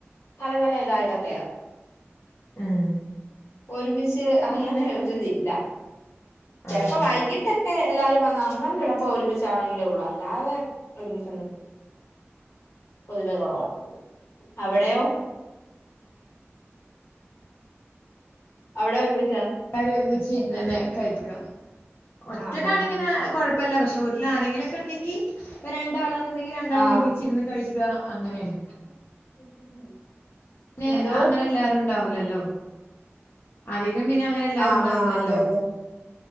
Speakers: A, on the left (about 75°); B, on the left (about 55°).
A: പല പല ഇതായിട്ടൊക്കെയാ
B: ആഹ്
A: ഒരുമിച്ച് അങ്ങനെ ഒരിതില്ല ചെലപ്പോ
B: ആഹ്
A: വൈകിട്ടക്കെ എല്ലാരും വന്ന അങ്ങനെ ചെലപ്പോ ഒരുമിച്ചാണെങ്കിലേ ഒള്ളു അല്ലാതെ ഒരുമിച്ചൊന്നും പൊതുവെ കൊറവാ അവിടയോ അവിടെ ഒരുമിച്ച്
B: കാര് ഒരുമിച്ചിരിന്നന്നെ കഴിക ഒറ്റക്കണേ
A: ആഹ് ആഹ് ആഹ്
B: പിന്നെ കൊഴപ്പില്ല പക്ഷെ വീട്ടിൽ ആരെങ്കിലുക്കെ ഉണ്ടെങ്കി ഇപ്പാ രണ്ടാള ഇണ്ടങ്കി രണ്ടാളും
A: ആഹ്
B: ഒരുമിച്ചിരുന്ന് കഴിക്കുക അങ്ങനെയാണ്
A: <inaudible>
B: പിന്നെ
A: എന്തോ
B: അങ്ങനെ എല്ലാരും ഉണ്ടാവൂലല്ലോ അ പിന്നെ അങ്ങനെ എല്ലാരും
A: ആഹ്
B: ഉണ്ടാവില്ലല്ലോ
A: ആഹ് അതെ അതെ